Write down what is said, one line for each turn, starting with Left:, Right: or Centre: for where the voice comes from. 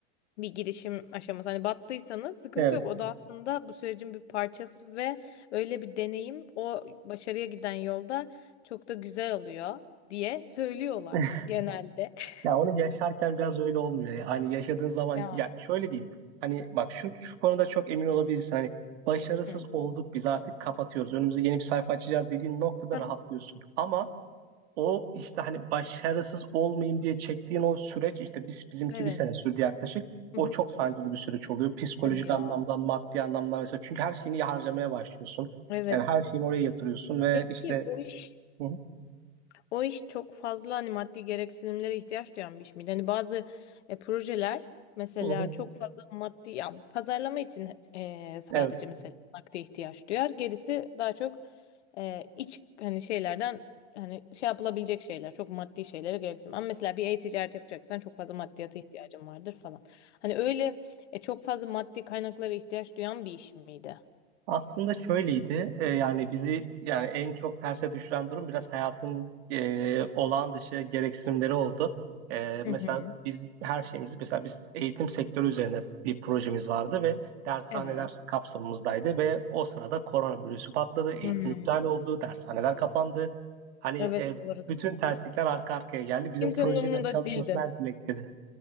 Left: bir girişim aşaması. Hani battıysanız sıkıntı
Right: Evet.
Left: yok. O da aslında bu sürecin bir parçası ve öyle bir deneyim o başarıya giden yolda çok da güzel oluyor diye söylüyorlar
Right: <laughs>
Left: genelde. <laughs>
Right: Ya onu yaşarken biraz öyle olmuyor. ya. Hani yaşadığın zaman
Left: Ya.
Right: ya şöyle diyeyim. Hani bak şu şu konuda çok emin olabilirsin. Hani başarısız
Left: Hı.
Right: olduk biz artık kapatıyoruz. Önümüze yeni bir sayfa açacağız dediğin noktada
Left: Aha.
Right: rahatlıyorsun. Ama o işte hani başarısız olmayayım diye çektiğin o süreç işte biz bizimki
Left: Evet.
Right: bir sene sürdü yaklaşık.
Left: Hı
Right: O
Left: hı.
Right: çok sancılı bir süreç oluyor. Psikolojik
Left: Hadi ya.
Right: anlamdan, maddi anlamdan mesela. Çünkü her şeyini harcamaya başlıyorsun.
Left: Evet.
Right: Yani her şeyini oraya yatırıyorsun ve
Left: Peki
Right: işte
Left: o iş
Right: Hı hı,
Left: O iş çok fazla hani maddi gereksinimlere ihtiyaç duyan bir iş miydi? Hani bazı e, projeler mesela
Right: hı hı,
Left: çok fazla maddi ya pazarlama için e, sadece
Right: evet.
Left: mesela nakde ihtiyaç duyar. Gerisi daha çok e, iç hani şeylerden hani şey yapılabilecek şeyler, çok maddi şeylere gereksinim. Ama mesela bir e-ticaret yapacaksan çok fazla maddiyata ihtiyacın vardır falan. Hani öyle e, çok fazla maddi kaynaklara ihtiyaç duyan bir iş miydi?
Right: Aslında şöyleydi. e, yani bizi yani en çok terse düşüren durum biraz hayatın e, olağan dışı gereksinimleri oldu. E,
Left: Hı
Right: mesela
Left: hı.
Right: biz her şeyimizi mesela biz eğitim sektörü üzerine bir projemiz vardı ve dershaneler
Left: Evet.
Right: kapsamımızdaydı ve o sırada koronavirüsü patladı, eğitim
Left: Hmm.
Right: iptal oldu, dershaneler kapandı. Hani
Left: Evet
Right: e,
Left: bu arada.
Right: bütün terslikler arka arkaya geldi. Bizim
Left: Kimsenin
Right: projenin
Left: umurunda
Right: çalışmasını
Left: değildi.
Right: her türlü etkiledi.